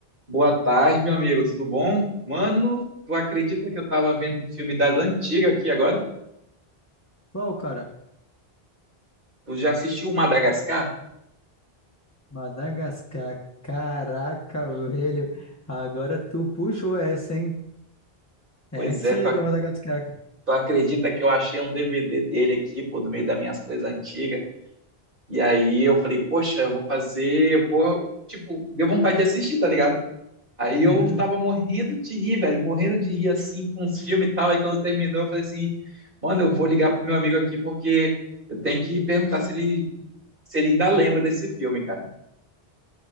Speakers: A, on the right; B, on the left.
A: Boa tarde, meu amigo, tudo bom? Mano, tu acredita que eu tava vendo um filme das antigas aqui agora?
B: Qual, cara?
A: Tu já assistiu Madagascar?
B: Madagascar. Caraca, velho. Agora tu puxou essa, hein? É
A: Pois
B: antiga,
A: é, tu, ac-
B: Madagascar. cara.
A: tu acredita que eu achei um DVD dele aqui, pô, do meio das minhas coisas antigas? E aí eu falei, poxa, eu vou fazer, eu vou, tipo, deu vontade de assistir, tá ligado? Aí eu
B: Uhum.
A: tava morrendo de rir, velho, morrendo de rir assim com os filmes e tal. Aí quando terminou, eu falei assim, mano, eu vou ligar pro meu amigo aqui porque eu tenho que perguntar se ele, se ele ainda lembra desse filme, cara.